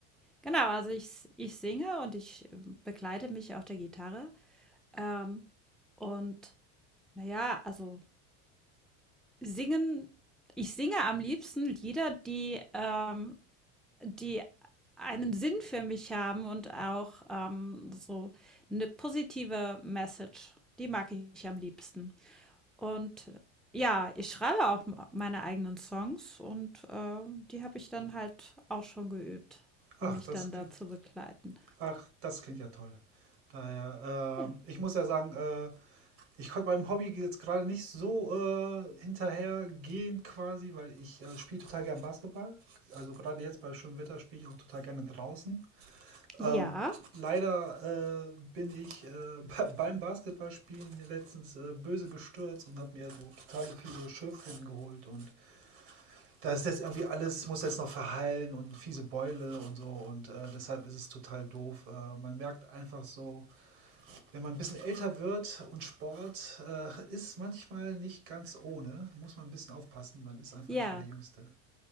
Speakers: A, in the centre; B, on the right.
A: Genau, also ich, ich singe und ich äh, begleite mich auf der Gitarre. Ähm, und naja, also singen, ich singe am liebsten Lieder, die, ähm, die einen Sinn für mich haben und auch ähm, so eine positive Message. Die mag ich am liebsten. Und ja, ich schreibe auch m meine eigenen Songs und, äh, die habe ich dann halt auch schon geübt,
B: Ach,
A: um mich
B: das
A: dann
B: klingt,
A: da zu begleiten.
B: ach, das klingt ja toll. Daher,
A: Ja.
B: äh, ich muss ja sagen, äh, ich konnte meinem Hobby jetzt gerade nicht so äh, hinterhergehen quasi, weil ich äh, spiele total gern Basketball. Also gerade jetzt bei schönem Wetter spiele ich auch total gerne draußen.
A: Ja.
B: Ähm, leider äh, bin ich äh, <laughs> be- beim Basketballspielen letztens äh, böse bestürzt und habe mir so totale fiese Schürfwunden geholt und das ist jetzt irgendwie alles, muss jetzt noch verheilen und fiese Beule und so und äh, deshalb ist es total doof. Äh, man merkt einfach so, wenn man ein bisschen älter wird und Sport äh, ist manchmal nicht ganz ohne, muss man ein bisschen aufpassen. Man ist einfach
A: Ja.
B: nicht mehr der Jüngste.